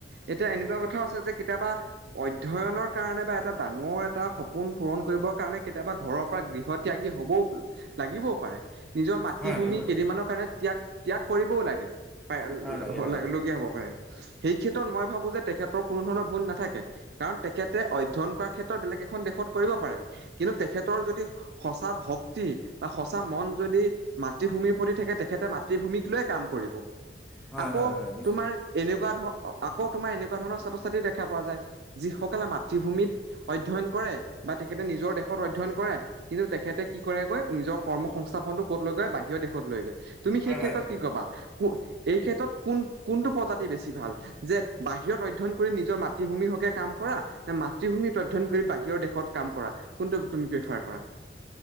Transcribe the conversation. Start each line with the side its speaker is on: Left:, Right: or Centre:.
Right: এতিয়া এনেকুৱা কথাও আছে যে কেতিয়াবা অধ্যয়নৰ কাৰণে বা এটা ডাঙৰ এটা সপোন পূৰণ কৰিবৰ কাৰণে কেতিয়াবা ঘৰৰ পৰা গৃহত ত্যাগি হ'বও লাগিবও পাৰে। নিজৰ মাতৃভূমি
Centre: হয় লাগিব
Right: কেইদিনমানৰ
Centre: পাৰে
Right: কাৰণে ত্যাগ ত্যাগ কৰিবও লাগে। প
Centre: হয় লাগে লাগে হয়
Right: লগীয়া হ'ব পাৰে। সেই ক্ষেত্ৰ মই ভাবোঁ যেখেতৰ কোনো ধৰণৰ ভুল নাথাকে। কাৰণ তেখেতে অধ্যয়ন কৰাৰ ক্ষেত্ৰত বেলেগ এখন দেশত কৰিব পাৰে কিন্তু তেখেতৰ যদি। সঁচা ভক্তি বা সঁচা মন যদি মাতৃভূমিৰ প্ৰতি থাকে তেখেতে মাতৃভূমিক লৈ কাম কৰিব।
Centre: হয়
Right: আকৌ
Centre: হয় হয় নিশ্চিত
Right: তোমাৰ এনেকুৱা ধৰ আকৌ তোমাৰ এনেকুৱা ধৰণৰ ছাত্ৰ ছাত্ৰী দেখা পোৱা যায়। যিসকলে মাতৃভূমিত অধ্যয়ন কৰে বা তেখেতে নিজৰ দেশত অধ্যয়ন কৰে কিন্তু তেখ তেখেতে কি কৰেগৈ নিজৰ কৰ্ম সংস্থাপনটো ক'ত লৈ গৈ বাহিৰ দেশত লৈগৈ। তুমি
Centre: হয়
Right: সেই
Centre: হয়
Right: ক্ষেত্ৰত
Centre: হয়
Right: কি কবা এই ক্ষেত্ৰত কোন কোনটো প্ৰজাতি বেছি ভাল যে বাহিৰত অধ্যয়ন কৰি নিজৰ মাতৃভূমি। কাম কৰা নে মাতৃভূমি অধ্যন কৰি বাহিৰৰ দেশত কাম কৰা কোনটো তুমি ব্যৱহাৰ কৰা।
Centre: হয়।